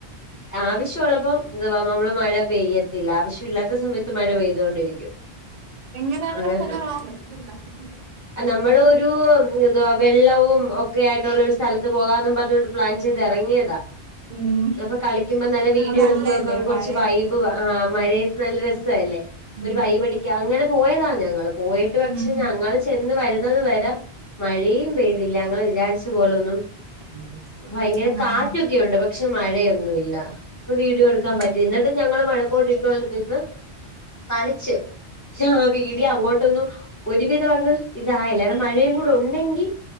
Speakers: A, on the left; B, on the right.
A: ആവശ്യം ഉള്ളപ്പോ <unintelligible> നമ്മള് മഴ പെയ്യത്തില്ല ആവശ്യം ഇല്ലാത്ത സമയത്ത് ത്ത് മഴ പെയ്തൊണ്ടിരിക്കും
B: ഇങ്ങനെയുള്ള
A: അങ്ങെനെ
B: <unintelligible>
A: നമ്മൾ ഒരു എന്ത വെള്ളവും ഒക്കെ ആയിട്ടുള്ള ഒരു സ്ഥലത്ത് പോകാന്നും പറഞ്ഞൊണ്ട് പ്ലാൻ ചെയ്ത് ഇറങ്ങിയതാ
B: ഉം
A: അപ്പൊ കളിക്കുമ്പോ നല്ല വീഡിയോ
B: അത് നല്ലതല്ലേ
A: എടുക്കുമ്പോക്കെ കുറച്ച്
B: മഴയത്ത്
A: വൈബ് ആഹ് മഴയത്ത് നല്ല രസല്ലേ
B: ഉം
A: ഒരു വൈബ അങ്ങനെ പോയതാ ഞങ്ങൾ പോയിട്ട് പക്ഷെ
B: ഉം
A: ഞങ്ങൾ ചെന്ന് വരുന്നത് വരെ മഴയും പെയ്തില്ല ഞങ്ങൾ വിചാരിച്ച പോലെ ഒന്നും
B: <unintelligible>
A: ഭയങ്കര
B: ആഹ്
A: കാറ്റൊക്കെയുണ്ട് പക്ഷെ മഴയൊന്നുമില്ല ഇപ്പൊ വീഡിയോ എടുക്കാൻ
B: ആഹ്
A: പറ്റില്ല ഇന്ന ഞങ്ങൾ മഴക്കോട്ട് ഇട്ടോണ്ട് നിന്ന് കളിച്ച് ആ വീഡിയോ അങ്ങോട്ട് <unintelligible> ഒരുവിധം അങ്ങ് ഇതായല്ല ഇ മഴയും കൂടെ ഉണ്ടെങ്കിൽ